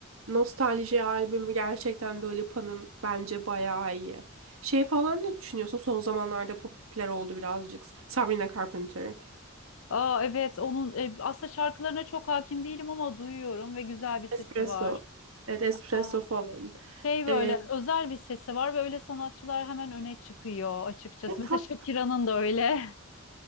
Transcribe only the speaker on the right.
Nostalji albümü gerçekten Dua Lipa'nın bence bayağı iyi. Şey falan ne düşünüyorsun? Son zamanlarda popüler oldu birazcık. Sabrina Carpenter.
Espresso.
Evet espresso
falan.
Ee,
ve
tat,